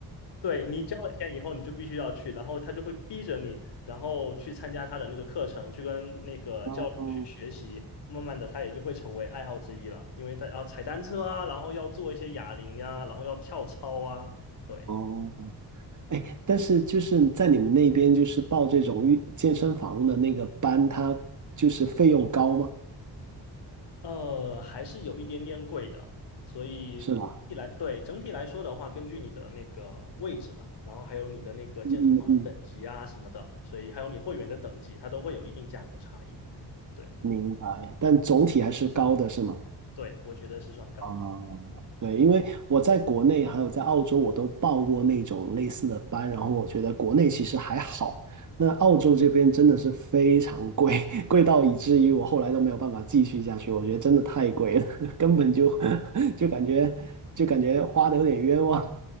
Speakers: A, on the left; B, on the right.
A: 对你交了钱以后，你就必须要去，然后他就会逼着你，然后去参加他的那个课程，去跟那个教练去学习。
B: 哦
A: 慢慢的，他也就会成为爱好之一了，因为他要踩单车啊，然后要做一些哑铃呀、然后要跳操啊，对，
B: 哦。哎，但是就是在你们那边，就是报这种运健身房的那个班，它就是费用高吗？
A: 呃，还是有一点点贵的。所以一来，
B: 是吧？
A: 对，整体来说的话，根据你的那个位置嘛，然后还有你的那个健身房的等级啊什么的，
B: 嗯嗯嗯，
A: 所以还有你会员的等级，它都会有一定价格差异。对，
B: 明白。但总体还是高的，是吗？
A: 对，我觉得是算高的。
B: 啊，对，因为我在国内还有在澳洲，我都报过那种类似的班，然后我觉得国内其实还好，那澳洲这边真的是非常贵，<laughs> 贵到以至于我后来都没有办法继续下去，我觉得真的太贵了，<laughs> 根本就 <laughs> 就感觉就感觉花的有点冤枉，